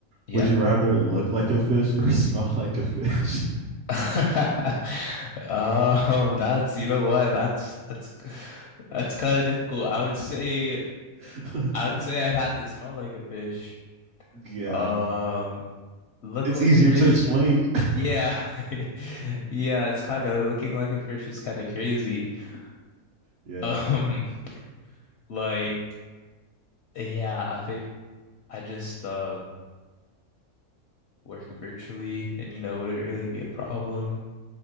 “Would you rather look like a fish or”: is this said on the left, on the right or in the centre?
Right